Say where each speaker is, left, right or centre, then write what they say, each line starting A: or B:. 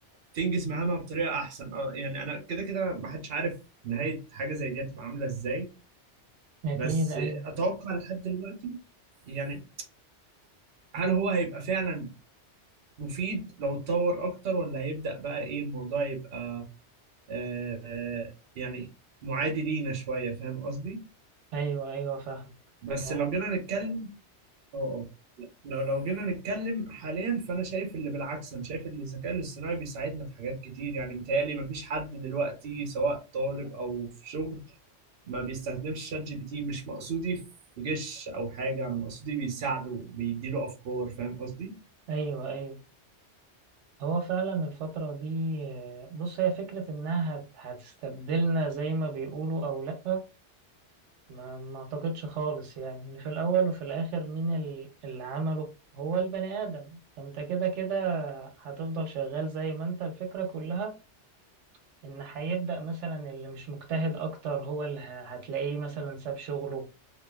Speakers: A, on the right (about 55°); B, on the right (about 80°).
A: تنجز مهامها بطريقة احسن اه يعني انا كده كده ما حدش عارف نهاية حاجة زي دي هتبقى عاملة ازاي
B: أكيد
A: بس
B: أيوه
A: اتوقع لحد دلوقتي يعني هل هو هيبقى فعلا مفيد لو اتطور اكتر ولا هيبدأ بقى ايه الموضوع يبقى آه آه، يعني معادي لينا شوية فاهم قصدي
B: أيوه أيوه فاهمك
A: بس
B: اه
A: لو جينا نتكلم اه اه لو لو جينا نتكلم حاليا فانا شايف اللي بالعكس انا شايف ان الذكاء الاصطناعي بيساعدنا في حاجات كتير يعني متهيألي مفيش حد دلوقتي سواء طالب او في شغل ما بيستخدمش شات جي بي تي مش مقصودي في جيش او حاجه انا مقصودي بيساعده بيديله افكار فاهم قصدي؟
B: أيوه أيوه هو فعلا الفترة دي آه، بص هي فكرة انها هت- هتستبدلنا زي ما بيقولوا او لأ ما ما اعتقدش خالص يعني إن في الاول وفي الاخر مين ال- اللي عمله هو البني ادم فانت كده كده هتفضل شغال زي ما انت الفكرة كلها ان هيبدأ مثلا اللي مش مجتهد اكتر هو اللي ه- هتلاقيه مثلا ساب شغله